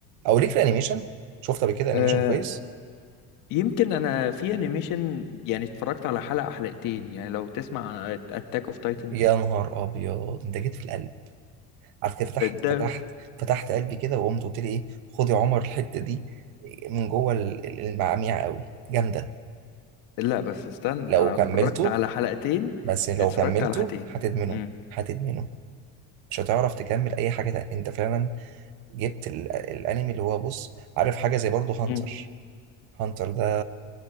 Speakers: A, on the right; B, on the left.
A: او ليك في الانيميشن شفت قبل كده انيميشن
B: آه،
A: كويس
B: يمكن انا في انيميشن يعني اتفرجت على حلقة حلقتين يعني لو تسمع اتاك اوف تايتنز
A: يا نهار ابيض انت جيت في القلب عارف كده فتحت
B: ده
A: فتحت فتحت قلبي كده وقمت قلت لي ايه خد يا عمر الحته دي من جوه ال- ال- المعاميع قوي جامده
B: لا بس استنى
A: لو
B: انا
A: كملته
B: اتفرجت على حلقتين
A: بس لو
B: اتفرجت
A: كملته
B: على حلقتين
A: هتدمنه
B: امم
A: هتدمنه مش هتعرف تكمل اي حاجه تانية. انت فعلا جبت ال... الانمي اللي هو بص عارف حاجه زي برضه هانتر
B: امم
A: هانتر ده